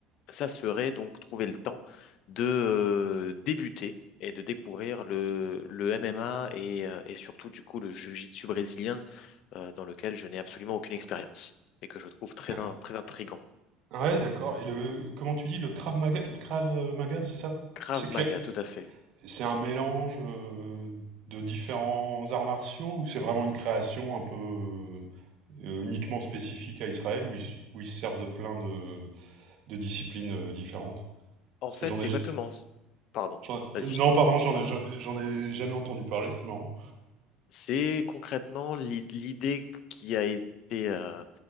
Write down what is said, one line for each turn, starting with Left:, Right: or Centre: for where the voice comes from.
Left: ça serait donc trouver le temps de euh, débuter et de découvrir le, le MMA et, euh, et surtout du coup le jiu-jitsu brésilien euh, dans lequel je n'ai absolument aucune expérience et que je trouve très,
Right: Ah,
Left: in- très intriguant.
Right: Ouais, d'accord. Et le, comment tu dis, le Krav Maga, le Krav Maga, c'est ça?
Left: Krav
Right: C'est que-
Left: Maga, tout à fait.
Right: C'est un mélange euh, de différents
Left: C'est-
Right: arts martiaux ou c'est vraiment une création un peu euh, euh, uniquement spécifique à Israël où ils, où ils se servent de plein de, de disciplines euh, différentes?
Left: En
Right: Parce
Left: fait,
Right: que j'en
Left: c'est
Right: ai,
Left: exactement... Pardon,
Right: j'en-
Left: vas-y.
Right: euh, non,
Left: je-
Right: pardon, j'en ai, ja- j'en ai jamais entendu parler, c'est marrant.
Left: C'est concrètement l'i- l'idée qui a été euh,